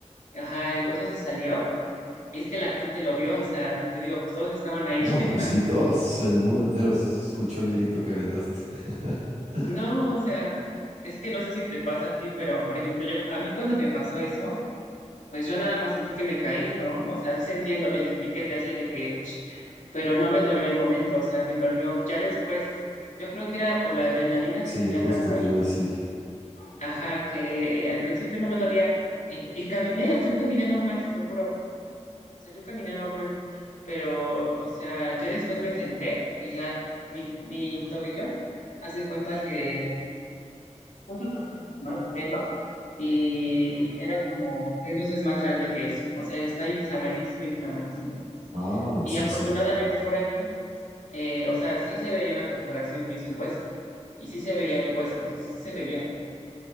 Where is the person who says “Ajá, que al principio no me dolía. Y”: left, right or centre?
Left